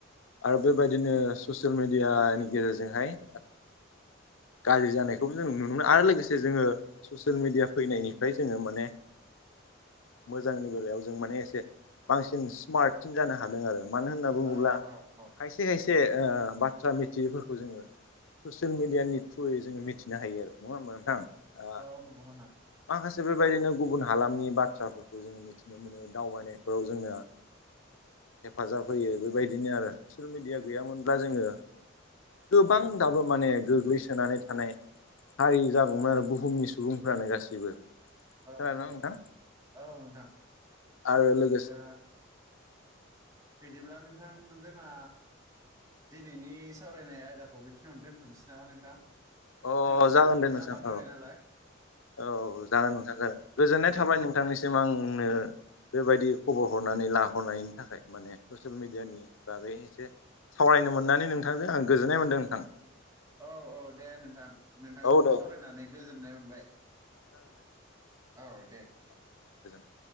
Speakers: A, on the left; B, on the right.
A: आरो बे बायदिनो ससियेल मेडियानि गेजेरजोंहाय गाज्रि जानायखौबो जों नुनो मोनो आरो। लोगोसे जोङो ससियेल मिडिया फैनायनिफ्राय जोङो माने मोजांनि बेलायाव जों माने एसे बांसिन स्मार्टसिन जानो हादों आरो। मानो होनना बुङोब्ला
B: औ औ औ
A: खायसे खायसे बाथ्रा मिथियैफोरखौ जोङो ससियेल मिडियानि थ्रुयै जोङो मिथिनो हायो आरो नङा होमबा नोंथां। ओ
B: औ नंगौ नामा।
A: माखासे बे बायदिनो गुबुन हालामनि बाथ्राफोरखौ जोंङो मिथिनो मोनो दावबायनायफोराव जोंना हेफाजाब होयो बे बायदिनो आरो ससियेल मिडिया गैयामोनब्ला जोङो गोबां दाबो माने गोग्लैसोनानै थानाय हारि जागौमोन आरो बुहुमनि सुबुंफ्रानो गासैबो। खानादोंना
B: औ औ
A: नोंथां?
B: औ नोंथां
A: आरो लोगोसे
B: दा बिदिब्ला नोंथां जोंहा दिनैनि सावरायनाय आयदाखौ बेखिनियावनो दोनथ'नोसै नामा नोंथां।
A: अ
B: जोंहा समाबो
A: जागोन दे
B: जाना
A: नोंथां
B: फैबाय
A: औ
B: नालाय
A: औ जागोन नोंथां जागोन। गोजोननाय
B: दे
A: थाबाय नोंथांनिसिम आंनो बे बायदि खबर हरनानै लाहरनायनि थाखाय माने ससियेल मिडियानि बागै एसे सावरायनो मोननानै नोंथांजों आं गोजोननाय मोनदों नोंथां।
B: औ औ दे नोंथां नोंथांजोंबो
A: औ दे
B: सावरायनानै गोजोननाय मोनबाय औ दे
A: गोजोनथों